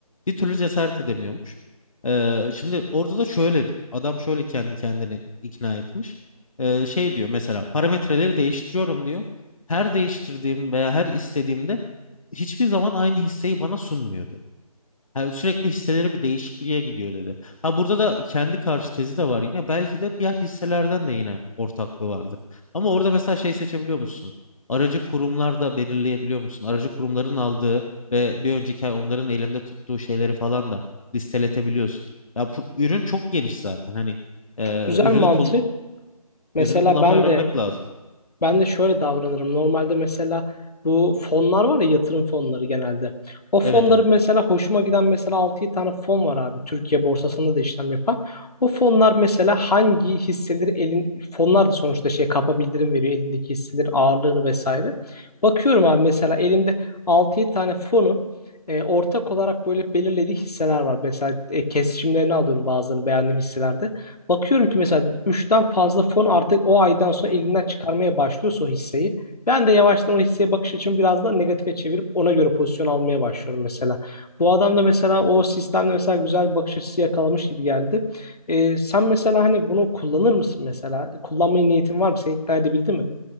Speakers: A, on the left (about 60°); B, on the left (about 85°).
A: Bir türlü cesaret edemiyormuş. Ee, şimdi orada da şöyle adam şöyle kendi kendini ikna etmiş. Ee, şey diyor mesela parametreleri değiştiriyorum diyor. Her değiştirdiğim veya her istediğimde hiçbir zaman aynı hisseyi bana sunmuyor diyor. Yani sürekli hisseleri bir değişikliğe gidiyor dedi. Ha burada da kendi karşı tezi de var yine. Belki de diğer hisselerden de yine ortaklığı vardır. Ama orada mesela şey seçebiliyor musun? Aracı kurumlar da belirleyebiliyor musun? Aracı kurumların aldığı ve bir önceki ay onların elinde tuttuğu şeyleri falan da listeletebiliyorsun. Ya bu- ürün çok geniş zaten. Hani e,
B: Güzel
A: ürünü
B: mantık.
A: kul-
B: Mesela
A: ürünü kullanmayı
B: ben
A: öğrenmek
B: de
A: lazım.
B: ben de şöyle davranırım. Normalde mesela bu fonlar var ya yatırım fonları genelde. O fonların
A: Evet evet.
B: mesela hoşuma giden mesela 6 tane fon var abi. Türkiye borsasında da işlem yapan. O fonlar mesela hangi hisseleri elin fonlar da sonuçta şey kapa bildirim veriyor elindeki hisselerin ağırlığını vesaire. Bakıyorum abi mesela elimde 6 tane fonun e, ortak olarak böyle belirlediği hisseler var. Mesela e, kesişimlerini alıyorum bazılarını beğendiğim hisselerde. Bakıyorum ki mesela üçten fazla fon artık o aydan sonra elinden çıkarmaya başlıyorsa o hisseyi. Ben de yavaştan o hisseye bakış açımı biraz da negatife çevirip ona göre pozisyon almaya başlıyorum mesela. Bu adam da mesela o sistemde mesela güzel bir bakış açısı yakalamış gibi geldi. Ee, sen mesela hani bunu kullanır mısın mesela? Kullanmaya niyetin var mı? Seni ikna edebildi mi?